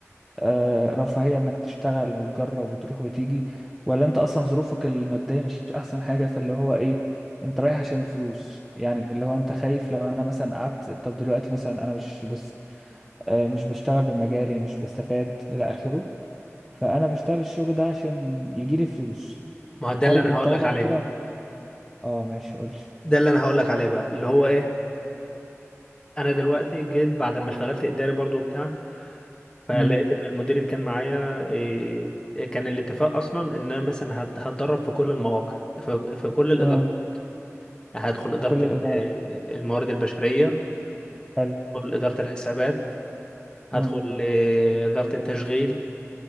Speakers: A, in the centre; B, on the left.
A: آه، رفاهية انك تشتغل وتجرب وتروح وتيجي ولا انت اصلا ظروفك المادية مش احسن حاجة فاللي هو ايه انت رايح عشان الفلوس يعني اللي هو انت خايف لو انا مثلا قعدت طب دلوقتي مثلا انا مش بس آه، مش بشتغل بمجالي مش بستفاد الى اخره فانا بشتغل الشغل ده عشان يجيلي فلوس
B: ما هو ده
A: هل
B: اللي انا
A: انت
B: هقول
A: وضعك
B: لك عليه
A: كده اه ماشي قولي
B: ده اللي انا هقول لك عليه بقى اللي هو ايه انا دلوقتي جيت بعد ما اشتغلت اداري برضو بتاع فلقيت
A: امم
B: ان المدير اللي كان معايا إيه، كان الاتفاق اصلا ان انا مثلا هت- هتدرب في كل المواقع في في كل الادارات
A: اه
B: هدخل إدارة
A: كل الإدارة
B: ال- الموارد البشرية
A: حلو
B: هدخل إدارة الحسابات هدخل
A: اه
B: آه، إدارة التشغيل